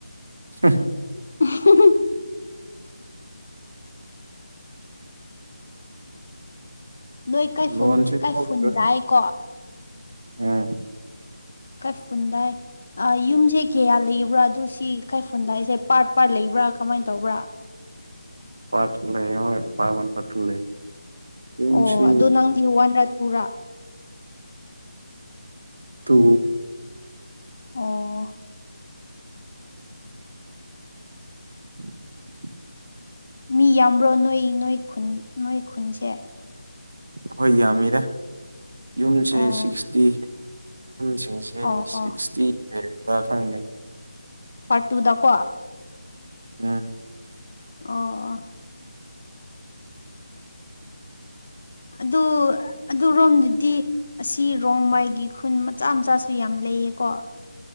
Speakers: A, on the right; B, on the left.
A: ꯍꯥ
B: <unintelligible> ꯅꯣꯏ ꯀꯩꯐꯨꯟ
A: ꯂꯣꯟꯁꯨ
B: ꯀꯩꯐꯨꯟꯗꯥꯏꯀꯣ
A: ꯊꯣꯛꯇ꯭ꯔꯦ ꯎꯝ
B: ꯀꯩ ꯐꯨꯟꯗꯥꯏ ꯌꯨꯝꯁꯦ ꯀꯌꯥ ꯂꯩꯕ꯭ꯔꯥ ꯑꯗꯨ ꯁꯤ ꯀꯥꯏꯐꯨꯟꯗꯥꯏꯁꯦ ꯄꯥꯔꯠ ꯄꯥꯔꯠ ꯂꯩꯕ꯭ꯔꯥ ꯀꯃꯥꯏꯅ ꯇꯧꯕ꯭ꯔꯥ
A: ꯄꯠꯇ ꯂꯩ ꯄꯥꯕꯟ ꯄꯠꯇ ꯂꯩ ꯌꯨꯝꯁꯤ
B: ꯑꯣ ꯑꯗꯨ ꯅꯪꯗꯤ ꯋꯥꯟꯔꯥ ꯇꯨꯔꯥ
A: ꯇꯨ
B: ꯑꯣ
A: <inaudible>
B: ꯃꯤ ꯌꯥꯝꯕ꯭ꯔꯣ ꯅꯣꯏ ꯅꯣꯏ ꯅꯣꯏ ꯈꯨꯟꯁꯦ
A: ꯍꯣꯏ ꯌꯥꯝꯃꯤ ꯌꯨꯝꯁꯦ
B: ꯑꯣ
A: ꯁꯤꯛꯁꯇꯤ ꯁ
B: ꯑꯣ
A: ꯁꯤꯛꯁꯇꯤ
B: ꯑꯣ
A: ꯍꯦꯟꯕ꯭ꯔ ꯈꯪꯗꯦ
B: ꯄꯥꯔꯠ ꯇꯨꯗꯀꯣ
A: ꯎꯝ
B: ꯑꯣ ꯑꯣ ꯑꯗꯨ ꯑꯗꯨꯔꯣꯝꯗꯗꯤ ꯑꯁꯤ ꯔꯣꯡꯃꯩꯒꯤ ꯈꯨꯟ ꯃꯆꯥ ꯃꯆꯥꯁꯨ ꯌꯥꯝ ꯂꯩꯌꯦꯀꯣ